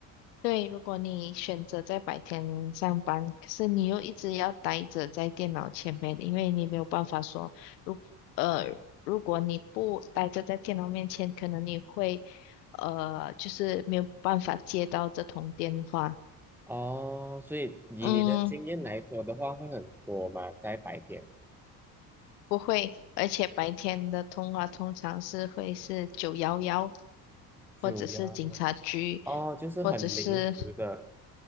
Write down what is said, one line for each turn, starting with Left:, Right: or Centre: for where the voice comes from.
Left: 对，如果你选择在白天上班，可是你又一直要待着在电脑前面，因为你没有办法说，如呃，如果你不待着在电脑面前，可能你会呃，就是没有办法接到这通电话。
Centre: 哦，所以以你的经验来说的话，
Left: 嗯，
Centre: 会很多嘛，在白天
Left: 不会，而且白天的通话通常是会是九幺幺，
Centre: 就要
Left: 或者是警察局，
Centre: 哦，就是很临时的，
Left: 或者是